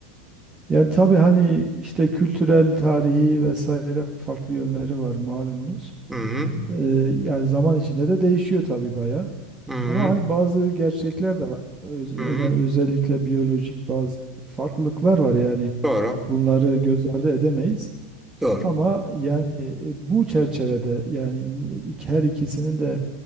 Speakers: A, on the right (about 25°); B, in the centre.
A: Yani tabii hani işte kültürel, tarihi vesaire farklı yönleri var malumunuz.
B: Hı hı,
A: Ee, yani zaman içinde de değişiyor tabii bayağı.
B: hı hı,
A: Ama hani bazı gerçekler de var. Öz, öne-
B: hı hı.
A: özellikle biyolojik bazı farklılıklar var yani.
B: Doğru,
A: Bunları göz ardı edemeyiz.
B: doğru.
A: Ama yani e, bu çerçevede yani in- ik- her ikisinin de